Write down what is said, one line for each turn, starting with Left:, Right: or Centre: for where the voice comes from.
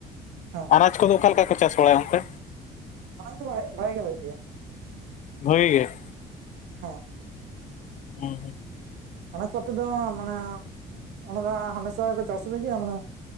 Right: ᱦᱮᱸ
Left: ᱟᱱᱟᱡ ᱠᱚ ᱫᱚ ᱚᱠᱟᱞᱮᱠᱟ ᱠᱚ ᱪᱟᱥ ᱵᱟᱲᱟᱭᱟ ᱚᱱᱛᱮ
Right: ᱟᱱᱟᱡ ᱫᱚ ᱵᱷᱟᱜᱤ ᱜᱮ ᱦᱩᱭᱩᱜ ᱜᱮᱭᱟ
Left: ᱵᱷᱟᱜᱮ ᱜᱮ ᱾
Right: ᱦᱮᱸ
Left: ᱦᱮᱸ ᱦᱮᱸ
Right: ᱚᱱᱟ ᱦᱤᱥᱟᱵ ᱛᱮ ᱫᱚ ᱢᱟᱱᱮ ᱾ ᱚᱱᱟ ᱫᱚ ᱦᱟᱢᱮᱥᱟ ᱠᱚ ᱪᱟᱥ ᱤᱫᱤ ᱜᱮᱭᱟ ᱢᱟᱱᱮ